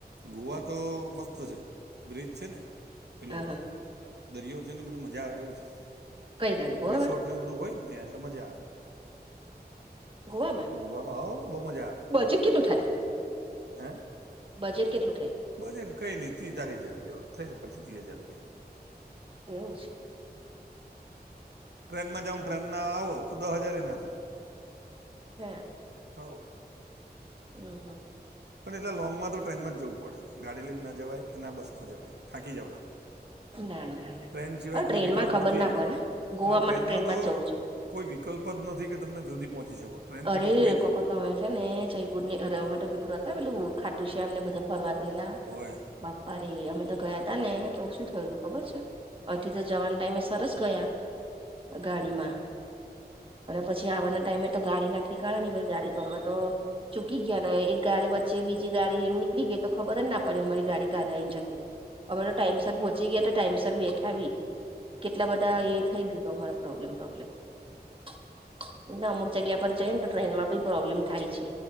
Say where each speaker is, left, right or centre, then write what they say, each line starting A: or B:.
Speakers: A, on the right (about 80°); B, on the right (about 30°).
A: ગોવા તો મસ્ત છે, બ્રિજ છે ને પેલું
B: હા હા
A: દરિયો છે ને બધું મજા આવે એવું છે.
B: કઈ આગડી, ગોઆ
A: રિસોર્ટ
B: આગડ
A: ને એવું બધું હોય ને ત્યાં એટલે મજા આવે,
B: ગોવામાં
A: ગોવામાં આવો બહ મજા આવે.
B: બજેટ કેટલું થાય?
A: હે?
B: બજેટ કેટલું થાય?
A: બજેટ કઈ નઈ ત્રી-ચાલી હજાર રૂપિયા થઈ ને, પચી-ત્રીસ હજાર રૂપિયા
B: એવું છે?
A: ટ્રેનમાં જાઉ
B: હા
A: ટ્રેન ના આવો તો દસ હજાર ના થાય.
B: હે
A: હોવ
B: હમ્મ.. હમ્મ
A: પણ એટલા લોંગમાં તો ટ્રેનમાં જવું પડે, ગાડી લઈને ના જવાય કે ના બસમાં જવાય, થાકી જાવ તમે
B: ના ના ના
A: ટ્રેન સિવાય
B: અ ટ્રેનમાં
A: કોઈ વિકલ્પ
B: ખબર
A: નથી
B: ના પડે ગોવામાં
A: અને ટ્રેનમાં તો
B: જ જવું છું
A: કોઈ વિકલ્પ જ નથી કે તમને જલ્દી પહોંચી શકો ટ્રેન
B: અરે
A: સિવાય
B: રે
A: કોઈ
B: રે
A: નહીં
B: કોકર તો બે છે, ને જયપુરમાં અરામેટુ પીલું હતા પેલું ખાટું છે, એમને બધા ફરવા ગએલા
A: ઓવે
B: બાપા રે અમે તો ગયા તા ને તો શું થયું હતું ખબર છે, અહીંથી તો જવાન ટાઈમે સરસ ગયા ગાડીમાં અને પછી આવવાના ટાઈમે તો ગાડી ના ઠીકાણા નઈ ગાડી તો અમે તો ચૂકી ગયા ને એક ગાડી વચ્ચે બીજી ગાડી એમ નીકળી ગઈ તો ખબર જ ના પડે અમારી ગાડી કારે આઇ ને જતી રી. અમે તો ટાઈમસ પહોંચી ગયા હતા ટાઈમસ બેઠા બી કેટલા બધા
A: ઓહો
B: એ થઇ ગયું હત અમાર <unintelligible> જગ્યા પર જઈ ને તો ટ્રેનમાં પ્રોબ્લેમ થાય છે,